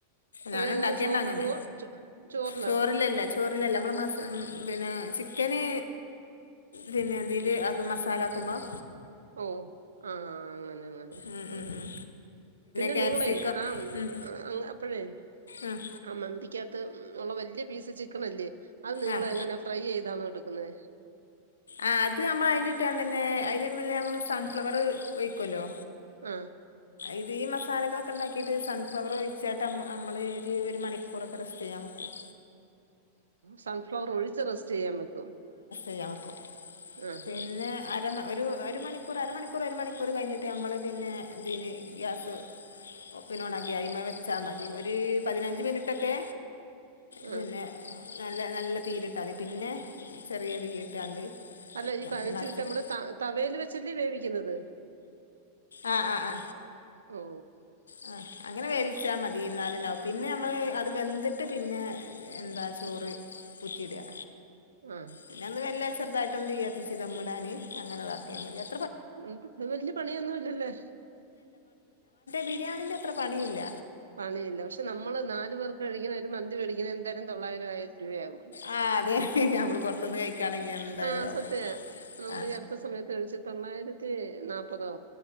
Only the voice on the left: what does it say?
ഞാനും
ഇണ്ടാക്കേണ്ടങ്ങനെ
ചോറിലല്ല ചോറിലല്ല നമ്മള മസ പിന്നെ ചിക്കന് പിന്നെ ന്തില് അത് മസാലാക്കുമ്പം
ഉം ഉം
ഉം
ക്യാപ്സിക്കം
ഉം
ഉം
ആഹ്
ആ അത് അമ്മള് ഐല്ട്ടാണ്ടന്നെ ഐല് പിന്നെ മ്മള് സൺഫ്ലവറ് ഒഴിക്കല്ലോ
ഇത് ഈ മസാലകളൊക്കെ ഇണ്ടാക്കീട്ട് സൺഫ്ലവറ് ഒഴിച്ചാട്ട് അമ അമ്മള് ഇത് ഒരു മണിക്കൂറൊക്കെ റസ്റ്റെയ്യാൻ വെക്കും
റ്റെയ്യാവെക്കും
പിന്നെ
അര ഒ ഒരു ഒരു മണിക്കൂറ് അരമണിക്കൂറ് ഒരുമണിക്കൂറ് കഴിഞ്ഞിട്ട് അമ്മള് പിന്നെ ഇതിന് ഗ്യാസ് പിന്നെ ഓണാക്കി ഐമെവെച്ചാ മതി ഒര് പതിനഞ്ച് മിനിട്ടൊക്കെ
പിന്നെ ന്നല്ലെ ന്നല്ല തീയിട്ടാതി പിന്നെ ചെറിയ തീയിട്ടാണ്ട്
വയ്ക്കാൻ
മതി മറിച്ചിട്ട്
ആ ആ ആ
ആ അങ്ങനെ വേവിച്ചാ മതി എന്നാല്ണ്ടാവും പിന്നെ നമ്മള് അത് വെന്ത്ട്ട് പിന്നെ എന്താ ചോറ് ഉറ്റിയ്ടാ
പിനൊന്ന് വെല്ലെ ചെറുതായ്ട്ട് ട്ടെന്തിയ്യത്തിച്ച് ധമ്മ്ടാന് അങ്ങനെ താക്കിയമതി അ
ബിരിയാണിന്റെഅത്ര പണിയി ല്ല
ആ അതെ നമ്മൾ പുറത്തുനിന്ന് കഴിക്കുകയാണെങ്കിൽ എന്തായാലും
ആവും
ആ